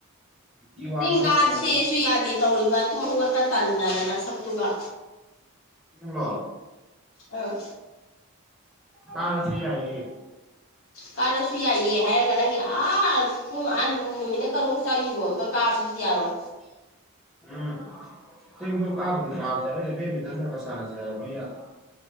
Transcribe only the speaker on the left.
ꯆꯤꯡꯀꯥ
ꯁꯦꯁꯨ ꯌꯥꯗꯦ ꯇꯧꯔꯤꯕ ꯇꯨꯝ ꯍꯧꯒꯠꯄ ꯇꯟꯗꯅ ꯅꯁꯛꯇꯨꯒ
ꯑꯥ
ꯀꯥꯔꯥꯁꯨ ꯌꯥꯏꯌꯦ ꯍꯥꯏꯔꯒ ꯅꯪꯒꯤ ꯑꯥ ꯄꯨꯡ ꯑ ꯅꯨꯃꯤꯠꯅ ꯀꯔꯣꯡ ꯆꯥꯛ ꯌꯨꯡꯉꯒ ꯀꯥꯕꯗꯨꯗꯤ ꯌꯥꯔꯣꯏ